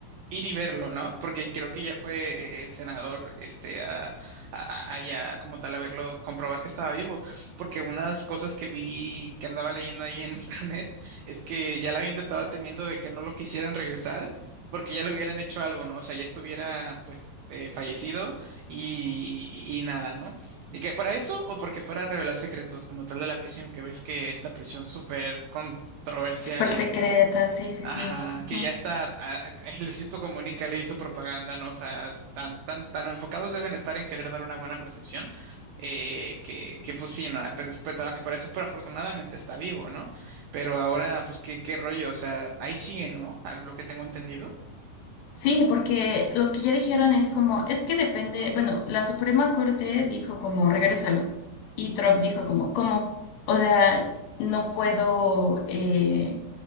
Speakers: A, on the right (about 85°); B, on the left (about 75°).
A: ir y verlo, ¿no? Porque creo que ya fue eh, el senador, este, a, a- allá como tal a verlo, comprobar que estaba vivo, porque unas cosas que vi, que andaba leyendo ahí en <laughs> internet, es que ya la gente estaba temiendo de que no lo quisieran regresar, porque ya le hubieran hecho algo, ¿no? O sea, ya estuviera, pues, eh, fallecido y, y- y nada, ¿no? Y que fuera eso o porque fuera a revelar secretos como tal de la prisión, que ves que esta prisión súper controversial
B: Súper secreta, sí, sí,
A: Ajá,
B: sí.
A: que
B: Ujú.
A: ya está, a- a- <laughs> Luisito Comunica le hizo propaganda, ¿no? O sea, tan, tan, tan enfocados deben estar en querer dar una buena percepción, eh, que, que pues sí, ¿no? Pens- Pensaban que fuera eso, pero afortunadamente está vivo, ¿no? Pero ahora, pues, ¿qué, qué rollo? O sea, ahí sigue, ¿no? A lo que tengo entendido.
B: Sí, porque lo que ya dijeron es como, es que depende, bueno, la Suprema Corte dijo como, regrésalo. Y Trump dijo como, ¿cómo? O sea, no puedo eh,